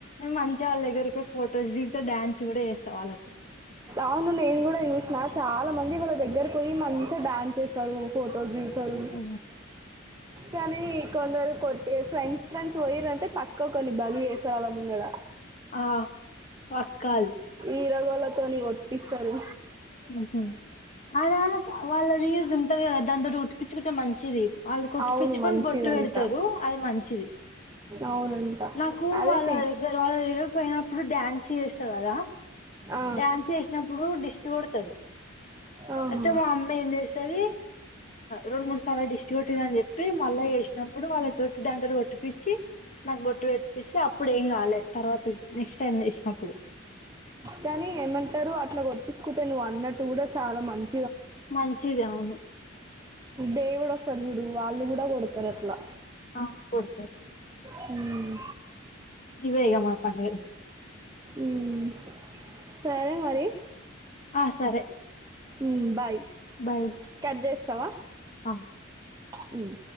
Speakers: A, on the left (about 35°); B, on the right (about 20°).
A: మంచిగా వాళ్ళ దగ్గరికి ఫొటోస్ దిగితే డాన్స్ కూడా చేస్తా వాళ్ళ
B: అవును నేను కూడా చూసినా చాలా మంది వాళ్ళ దగ్గరకి పోయి మంచిగా డ్యాన్స్ చేస్తారు ఫోట్ ఫోటోలు దిగుతరు
A: ఉహు.
B: కానీ కొందరు కొట్టేసి ఫ్రెండ్స్ ఫ్రెండ్స్ పోయిరంటె పక్క ఒక్కడిని బలి చేసారు ఆళ్ల ముంగడ
A: ఆ వక్కల్
B: తీరగోళ్ళతోని ఒపిస్తారు
A: ఆహా అన వాళ్ళది కదా దాంతోటి కొట్టిపించుకుంటే మంచిది వాళ్ళు కొట్టి
B: అవును
A: పిచ్చుకొని
B: మంచిదంట
A: బొట్టు పెడతారు అది మంచిది
B: అవునంట
A: నాకు
B: అదే
A: వాళ్ళ
B: సి
A: దగ్గర వాళ్ళ దగ్గర పోయినప్పుడు డ్యాన్స్ చేస్తా కదా
B: ఆ
A: డ్యాన్స్ చేసినప్పుడు డిస్ కోడ్తది
B: ఆహా
A: అయితే మా అమ్మ ఏం చేస్తది రెండు మూడు సార్లు డిస్టి బట్టిందని చెప్పి మళ్ళా ఏసినప్పుడు వాళ్ళతోటి దండలు కొట్టిపిచ్చి నాకు బొట్టి పెట్టిచ్చి అప్పుడు ఇప్పుడు ఏం కాలే తర్వాత నెక్స్ట్ టైమ్ ఏసినప్పుడు
B: కానీ ఏమంటారు అట్లా కొట్టిపించుకుంటే నువ్వు అన్నట్టు కూడా చాలా మంచి
A: మంచిది అవును
B: దేవుడు వస్తరు చూడు వాళ్ళు కూడా కొడతారు అట్లా
A: అవును కొడతరు
B: హమ్మ్
A: ఇవే ఐగా మా పండగలు
B: ఉమ్ సరే మరి
A: ఆ సరే
B: మ్ బాయ్
A: బాయ్
B: కట్ చేస్తావా
A: ఆ
B: హమ్